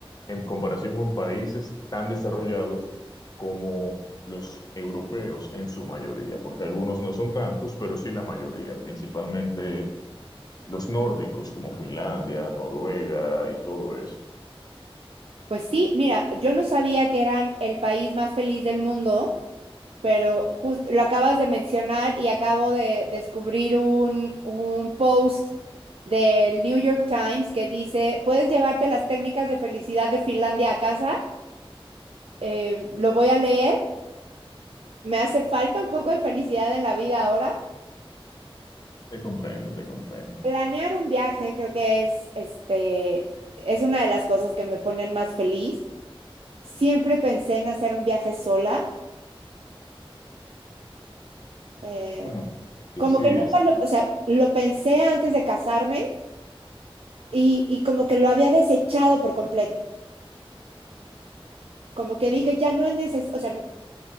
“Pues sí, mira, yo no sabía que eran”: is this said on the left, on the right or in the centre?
Right